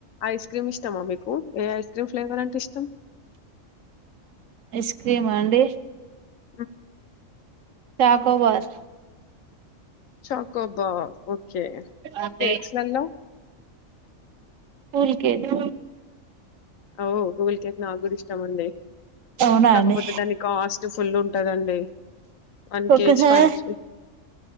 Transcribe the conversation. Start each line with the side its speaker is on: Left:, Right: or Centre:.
Left: ఐస్ క్రీమ్ ఇస్తామా మీకు ఏ ఐస్ క్రీమ్ ఫ్లేవర్ంట ఇష్టం
Right: ఐస్ క్రీమా అండి
Left: మ్మ్
Right: చాకోబార్
Left: చాకో బా ఓకే
Right: అండి
Left: కేక్స్ లల్లో
Right: కూల్ కేకు
Left: ఓ గగుల్ కేక్ నా కూడా ఇష్టం అండి
Right: అవునా
Left: కాకపోతే
Right: అండి
Left: దాన్ని కాస్ట్ టు ఫుల్ ఉంటదండి వన్
Right: ఒక
Left: కేజీ
Right: సార్
Left: ఫైవ్